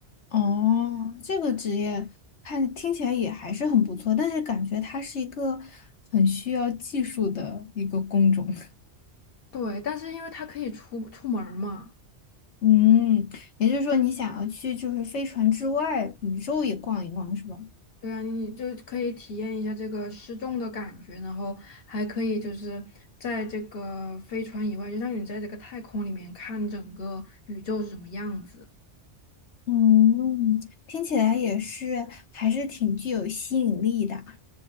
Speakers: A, on the left (about 85°); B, on the left (about 60°).
A: 哦，这个职业看听起来也还是很不错，但是感觉它是一个很需要技术的一个工种。<laughs>
B: 对，但是因为他可以出出门儿嘛。
A: 嗯，也就是说你想要去就是飞船之外宇宙也逛一逛是吧？
B: 对啊，你就可以体验一下这个失重的感觉，然后还可以就是在这个飞船以外，就像你在这个太空里面看整个宇宙是什么样子。
A: 嗯，听起来也是还是挺具有吸引力的。